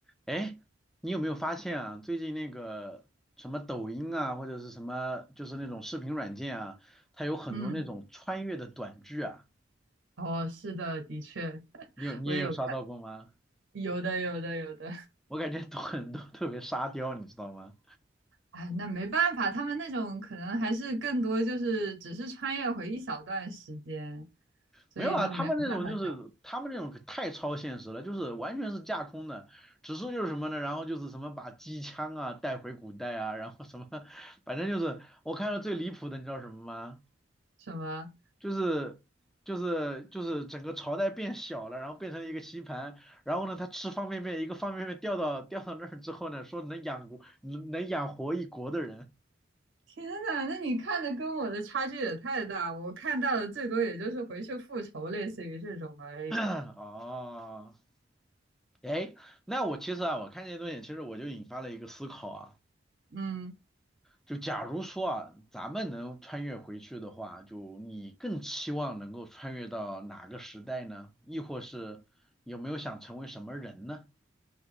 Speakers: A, in the centre; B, on the right.
A: 哎，你有没有发现啊？最近那个什么抖音啊，或者是什么，就是那种视频软件啊，它有很多那种穿越的短剧啊。
B: 嗯，哦，是的，的确，
A: 你有你也有刷到过吗？
B: 我也有看，有的，有的，有的。
A: 我感觉都很都特别沙雕，你知道吗？
B: 哎，那没办法，他们那种可能还是更多就是只是穿越回一小段时间，所以就没有办法讲
A: 没有啊，他们那种就是他们那种可太超现实了，就是完全是架空的，指数就是什么呢？然后就是什么把机枪啊带回古代啊，然后什么，反正就是我看到最离谱的，你知道什么吗？
B: 什么。
A: 就是就是就是整个朝代变小了，然后变成了一个棋盘，然后呢，他吃方便面，一个方便面掉到掉到那儿之后呢，说能养国能能养活一国的人。
B: 天呐，那你看的跟我的差距也太大，我看到的最多也就是回去复仇，类似于这种而已。
A: <coughs> <clears throat> 哦，哎，那我其实啊，我看这些东西，其实我就引发了一个思考啊，
B: 嗯。
A: 就假如说啊，咱们能穿越回去的话，就你更期望能够穿越到哪个时代呢？亦或是有没有想成为什么人呢？